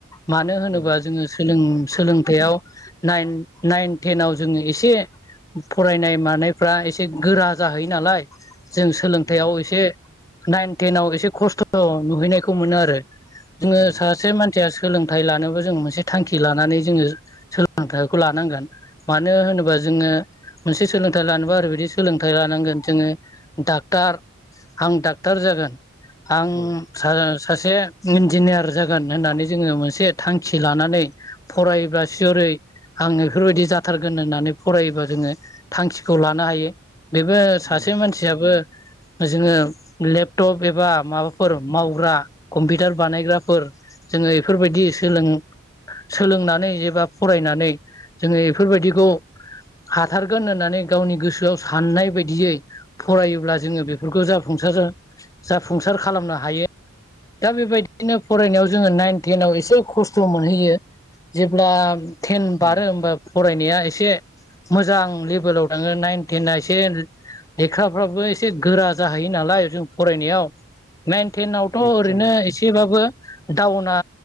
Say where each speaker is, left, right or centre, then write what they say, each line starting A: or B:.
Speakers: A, on the left (about 15°); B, on the left (about 35°).
A: मानो होनोबा
B: औ
A: जोङो सोलों-सोलोंथायाव नायन नायन टेनाव जोङो एसे फरायनाय मानायफ्रा एसे गोरा जाहैयो नालाय जों सोलोंथाइयाव
B: नंगौ
A: एसे नाइन टेनाव एसे खस्थ' नुहैनायखौ मोनो आरो। जोङो
B: औ
A: सासे मानसिया सोलोंथाइ लानोबो जोङो मोनसे थांखि लानानै जोङो सोलोंथाइखौ लानांगोन। मानो होनोबा जों जोङो मोनसे सोलोंथाइ लानोबा आरैबिदि सोलों थाय लानांगोन। जोङो डाक्टार आं डाक्टार जागोन। आं
B: औ
A: सा-सासे इन्जिनियार जागोन होननानै जोङो मोनसे थांखि लानानै फरायोब्ला सिअ'रै आङो बेफोरबायदि जाथारगोन होननानै फरायोबा जोङो थांखिखौ लानो हायो। बेबो
B: नंगौ
A: सासे मानसियाबो जोङो लेपटप एबा माबाफोर मावग्रा कम्पिउटार बानायग्राफोर जोङो एफोरबायदि सोलों सोलोंनानै एबा फरायनानै जोङो एफोरबायदिखौ हाथारगोन होननानै गावनि गोसोआव साननाय बायदियै फरायोब्ला जोङो बेफोरखौ जाफुंसार जाफुंसार खालामनो हायो। दा बेबायदिनो फरायनायाव जोङो नाइन टेनाव एसे खस्थ' मोनहैयो। जेब्ला थेन बारो होमबा फरायनाया एसे मोजां लेभेलाव नोङो नाइन टेेनआ एसे लेखाराफ्राबो एसे गोरा जाहैयो नालाय जों फरायनायाव। नायन टेनावथ' ओरैनो
B: निस्सय
A: एसेबाबो डाउना